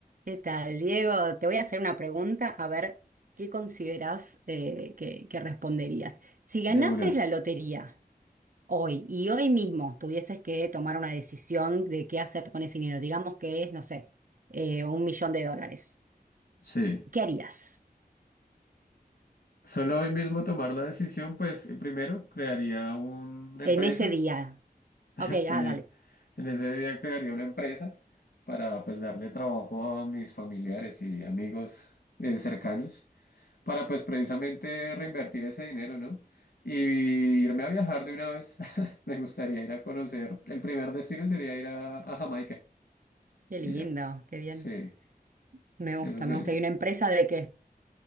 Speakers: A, on the right (about 55°); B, on the left (about 65°).
A: ¿Qué tal, Diego? Te voy a hacer una pregunta, a ver qué consideras eh, que, que responderías. Si ganases
B: De una,
A: la lotería hoy y hoy mismo tuvieses que tomar una decisión de qué hacer con ese dinero, digamos que es, no sé, eh, un millón de dólares,
B: sí.
A: ¿qué harías
B: Solo hoy mismo tomar la decisión, pues eh, primero crearía una empresa,
A: en ese día?
B: <laughs>
A: Ok,
B: en,
A: ah,
B: es-
A: dale.
B: en ese día crearía una empresa para pues darle trabajo a mis familiares y amigos eh, cercanos, para pues precisamente reinvertir ese dinero, ¿no? Y irme a viajar de una vez. <laughs> Me gustaría ir a conocer, el primer destino sería ir a, a Jamaica
A: Qué
B: y
A: lindo,
B: ya,
A: qué bien.
B: sí,
A: Me gusta,
B: eso sería.
A: me gusta. ¿Y una empresa de qué?